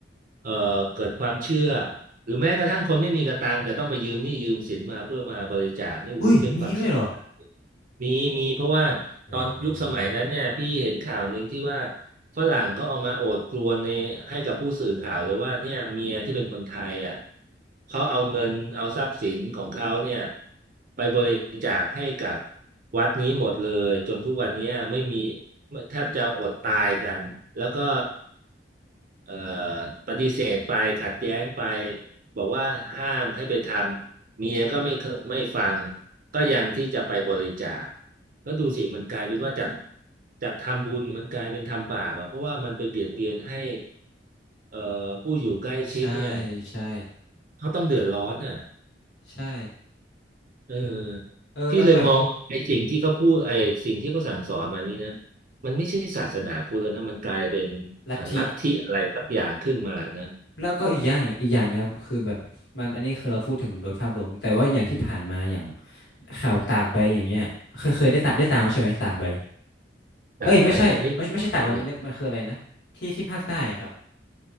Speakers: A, on the right (about 50°); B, on the left (about 70°).
A: เอ่อเกิดความเชื่อหรือแม้กระทั่งคนไม่มีกระตังแต่ต้องไปยืมหนี้ยืมสินมาเพื่อมาบริจาคนี่โอ้โหมันเป็นความเศร้ามาก
B: อุ้ยมีด้วยเหรอ
A: มีมีเพราะว่าตอนยุคสมัยนั้นเนี่ยพี่เห็นข่าวหนึ่งที่ว่า
B: โอ้
A: ฝรั่งก็เอามาโอดครวญในให้กับผู้สื่อข่าวเลยว่าเนี่ยเมียที่เป็นคนไทยอ่ะเขาเอาเงินเอาทรัพย์สินของเขาเนี่ยไปบริจาคให้กับวัดนี้หมดเลยจนทุกวันเนี้ยไม่มีแทบจะอดตายกันแล้วก็เอ่อปฏิเสธไปขัดแย้งไป บอกว่าห้ามให้ไปทำเมียก็ไม่เคไม่ฟังก็ยังที่จะไปบริจาคแล้วดูสิมันกลายเป็นว่าจากจากทำบุญมันกลายเป็นทำบาปอ่ะเพราะว่ามันไปเบียดเบียนให้เอ่อผู้อยู่ใกล้ชิดเนี่ย
B: ใช่ใช่
A: เขาต้องเดือดร้อนอ่ะ
B: ใช่
A: เออ
B: เออแล้วแบบ
A: พี่เลยมองว่าไอ้สิ่งที่เขาพูดไอ้สิ่งที่เขาสั่งสอนมานี่นะมันไม่ใช่ศาสนาพุทธแล้วนะมันกลายเป็นเอ่อลัทธิอะไรสักอย่างขึ้นมานะ
B: ลัทธิแล้วก็อีกอย่างอีกอย่างนะครับ คือแบบมันอันนี้คือเราพูดถึงโดยภาพรวม แต่ว่าอย่างที่ผ่านมา อย่างข่าวตากใบอย่างเงี้ยเคยเคยได้ตามได้ตามใช่ไหมตากใบ เอ้ยไม่ใช่ไม่ใช่ไม่ใช่ตากใบมันเรียกมันคืออะไรนะที่ที่ภาคใต้ครับ
A: จากไปไม่ทราบเลย